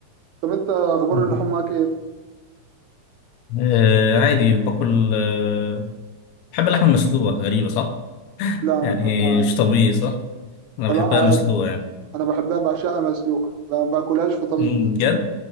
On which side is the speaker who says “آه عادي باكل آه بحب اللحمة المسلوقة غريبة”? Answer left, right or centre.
Left